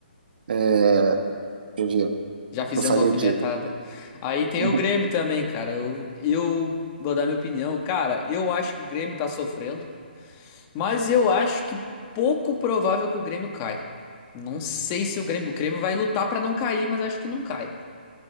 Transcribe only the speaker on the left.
Já fizendo
alfinetada.
Aí tem
o Grêmio também, cara. Eu, eu vou dar minha opinião. Cara, eu acho que o Grêmio tá sofrendo. Mas eu acho que pouco provável que o Grêmio caia. Não sei se o Grêmio, o Grêmio vai lutar pra não cair, mas acho que não cai.